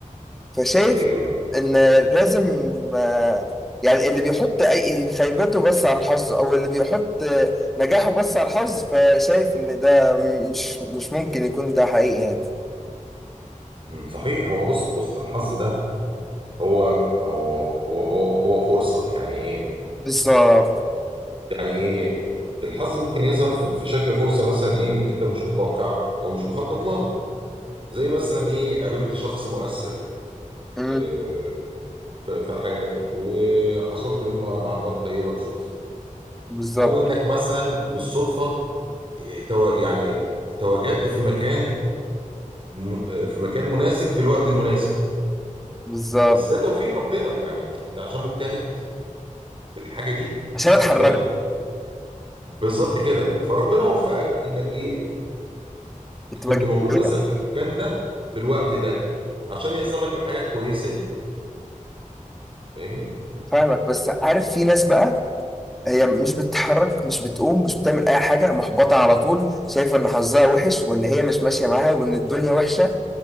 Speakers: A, in the centre; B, on the right.
A: فشايف
B: ايوه ايوه
A: ان لازم آه، يعني اللي بيحط اي خيبته بس على الحظ او اللي بيحط آه، نجاحه بس على الحظ فشايف ان ده م- مش مش ممكن يكون ده حقيقي يعني
B: مم. صحيح هو بص بص الحظ ده هو هو هو هو هو فرصة يعني ايه
A: بالظبط
B: يعني ايه الحظ ممكن يظهر في في شكل فرصة مثلا ايه انت مش متوقعها او مش مخطط لها زي مثلا ايه قابلت شخص مؤثر
A: مم.
B: إيه، في في حياتك وحصلت منه على معلومات قيمة بالصدفة
A: بالظبط
B: او انك مثلا بالصدفة إيه، تو- يعني تواجدت في مكان م- آه، في مكان مناسب في الوقت المناسب
A: بالظبط
B: بس ده توفيق ربنا يعني انت عشان مجتهد في الحاجة دي
A: عشان اتحركت
B: واخد بالك بالظبط كده فربنا وفقك انك ايه
A: كنت
B: كنت
A: بجيب
B: موجود
A: كده
B: مثلا في المكان ده في الوقت ده عشان يحصل لك الحاجه الكويسه دي فاهمني
A: فاهمك بس عارف في ناس بقى هي مش بتتحرك مش بتقوم مش بتعمل اي حاجه محبطه على طول شايفه ان حظها وحش وان هي مش ماشيه معاها وان الدنيا وحشه